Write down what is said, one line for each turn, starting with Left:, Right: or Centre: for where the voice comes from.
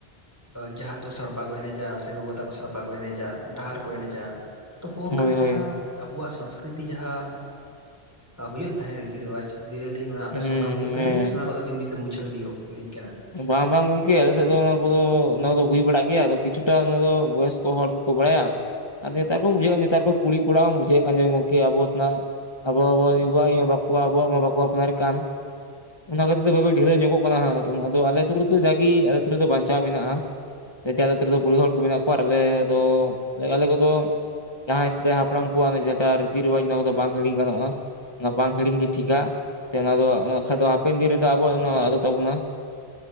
Right: ᱡᱟᱦᱟᱸ ᱫᱚ ᱥᱟᱲᱯᱟ ᱠᱚ ᱮᱱᱮᱡᱟ ᱥᱮ ᱜᱚᱜᱚ ᱛᱟᱠᱚ ᱥᱟᱲᱯᱟ ᱠᱚ ᱮᱱᱮᱡᱟ ᱰᱟᱦᱟᱨ ᱠᱚ ᱮᱱᱮᱡᱟ ᱛᱚ ᱦᱚᱝᱠᱚᱱᱟ
Left: ᱦᱳᱭ ᱦᱳᱭ
Right: ᱡᱟᱦᱟᱸ ᱟᱵᱚᱣᱟᱜ ᱥᱚᱝᱥᱠᱨᱤᱛᱤ ᱡᱟᱦᱟᱸ ᱮᱸᱜ ᱦᱩᱭᱩᱜ ᱛᱟᱦᱮᱸᱫ ᱨᱤᱛᱤ ᱨᱮᱣᱟᱡᱽ᱾ ᱞᱟᱹᱭᱫᱟᱞᱤᱧ ᱚᱱᱟ ᱟᱯᱮᱥᱮᱫ
Left: ᱦᱩᱸ
Right: ᱚᱱᱟ ᱦᱩᱭᱩᱜ ᱠᱟᱱ
Left: ᱦᱮᱸ
Right: ᱜᱮᱭᱟ ᱥᱮ ᱚᱱᱟ ᱠᱚᱫᱚ ᱫᱤᱱ ᱫᱤᱱᱛᱮ ᱢᱩᱪᱷᱟᱹᱣ ᱤᱫᱤ ᱤᱫᱤᱜ ᱠᱟᱱᱟ?
Left: ᱵᱟᱝ ᱵᱟᱝ ᱜᱚᱝᱠᱮ ᱟᱞᱮ ᱥᱮᱫ ᱫᱚ ᱚᱱᱟ ᱠᱚᱫᱚ ᱚᱱᱟ ᱠᱚᱫᱚ ᱦᱩᱭ ᱵᱟᱲᱟᱜ ᱜᱮᱭᱟ ᱟᱫᱚ ᱠᱤᱪᱷᱩᱴᱟ ᱚᱱᱟ ᱫᱚ ᱵᱚᱭᱚᱥᱠᱚ ᱦᱚᱲ ᱜᱮᱠᱚ ᱵᱟᱲᱟᱭᱟ᱾ ᱟᱨ ᱱᱮᱛᱟᱨ ᱠᱩᱢ ᱵᱩᱡᱷᱟᱹᱣᱮᱜ ᱱᱮᱛᱟᱨ ᱠᱚ ᱠᱩᱲᱤ ᱠᱚᱲᱟ ᱢᱟᱢ ᱵᱩᱡᱷᱟᱹᱣᱮᱫ ᱠᱟᱱ‌ᱜᱮ ᱜᱚᱢᱠᱮ ᱟᱵᱚ ᱥᱮᱱᱟᱜ ᱟᱵᱚ ᱟᱵᱚᱣᱟᱜ ᱟᱵᱚᱣᱟᱜ ᱩᱭᱟᱹ ᱟᱵᱚᱣᱟᱜ ᱢᱟ ᱵᱟᱠᱚ ᱟᱯᱱᱟᱨ ᱠᱟᱱ᱾ ᱚᱱᱟ ᱠᱷᱟᱹᱛᱤᱨ ᱛᱮ ᱵᱟᱹᱭ-ᱵᱟᱹᱭ ᱰᱷᱤᱞᱟᱹᱣ ᱧᱚᱜᱚᱜ ᱠᱟᱱᱟ ᱦᱟᱸᱜ ᱟᱫᱚ ᱟᱞᱮ ᱟᱹᱛᱩ ᱨᱮᱫᱚ ᱡᱟᱜᱮ ᱟᱞᱮ ᱟᱹᱛᱩ ᱨᱮᱫᱚ ᱵᱟᱧᱪᱟᱣ ᱢᱮᱱᱟᱜᱼᱟ᱾ ᱡᱟᱫᱟ ᱛᱟᱹᱨ ᱨᱮ ᱫᱚ ᱵᱩᱲᱦᱤ ᱦᱚᱲ ᱠᱚ ᱢᱮᱱᱟᱜ ᱠᱚᱣᱟ ᱟᱞᱮ ᱫᱚ ᱟᱞᱮ ᱠᱚᱫᱚ ᱡᱟᱦᱟᱸᱭ ᱥᱮᱫᱟᱭ ᱦᱟᱯᱲᱟᱢ ᱠᱚᱣᱟᱜ ᱡᱮᱴᱟ ᱨᱤᱛᱤ ᱨᱮᱣᱟᱡᱽ ᱚᱱᱟ ᱠᱚᱫᱚ ᱵᱟᱝ ᱦᱤᱲᱤᱧ ᱜᱟᱱᱚᱜᱼᱟ᱾ ᱚᱱᱟ ᱵᱟᱝ ᱦᱤᱲᱤᱝ ᱜᱮ ᱴᱷᱤᱠᱼᱟ ᱥᱮ ᱚᱱᱟ ᱫᱚ ᱵᱟᱠᱷᱟᱡ ᱫᱚ ᱦᱟᱯᱮᱱ ᱫᱤᱱ ᱨᱮᱫᱚ ᱟᱵᱚᱣᱟᱜ ᱜᱮ ᱱᱚᱣᱟ ᱟᱫᱚᱜ ᱛᱟᱵᱚᱱᱟ᱾